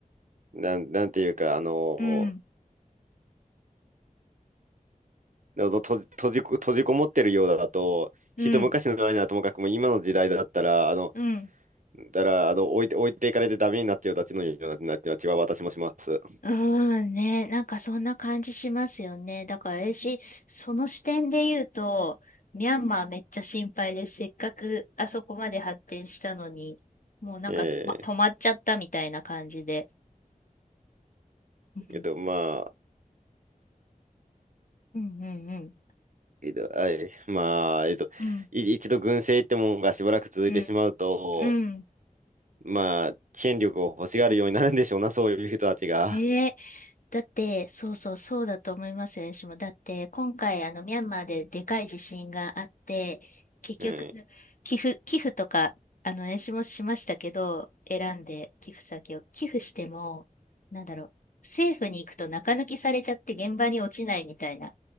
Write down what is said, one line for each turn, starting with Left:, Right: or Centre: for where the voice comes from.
Right: なん、なんていうか、あの、
Left: うん。
Right: ののと閉じこ、閉じこもってるようだと、一昔の前ならともかくも今の時代だったら、
Left: うん、
Right: あの、
Left: うん。
Right: だから、あの、置いて、置いていかれてダメになっちゃうたちのような、なっては私もします。
Left: うーんね、なんかそんな感じしますよね。だから私、その視点で言うと、ミャンマーめっちゃ心配です。せっかくあそこまで発展したのに、もうなんか、
Right: え
Left: ま、止まっちゃったみたいな感じで。うん、
Right: ええっと、まあ、
Left: うん、うん、
Right: えっと、<laughs> はい。まあ、えっと、
Left: うん、
Right: い一度軍政ってもんがしばらく続いてしまうと、
Left: うん、うん。うん
Right: まあ、権力を欲しがるようになるんでしょうな、
Left: うん
Right: そういう人たちが。
Left: ねだって、そうそう、そうだと思いますよ、私も。だって、今回、あの、ミャンマーででかい地震があって、結局、
Right: <laughs> うん。
Left: 寄付、寄付とか、あの、私もしましたけど、選んで寄付先を。寄付しても、なんだろう、政府に行くと中抜きされちゃって現場に落ちないみたいな。